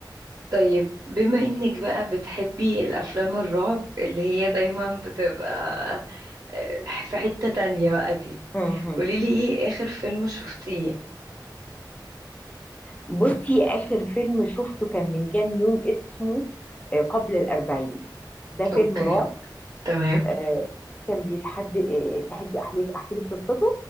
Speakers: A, on the right; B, on the left.
A: طيب بما إنك بقى بتحبي الأفلام الرعب اللي هي دايما بتبقى آه، في حتة تانية بقى دي
B: مهم.
A: قوليلي إيه آخر فيلم شفتيه
B: بصي اخر فيلم شفته كان من كام يوم اسمه آه، قبل الاربعين ده فيلم
A: أوكي
B: رعب
A: تمام
B: آه، كان بيتحدى آه، تحدي احكي لك احكي لك قصته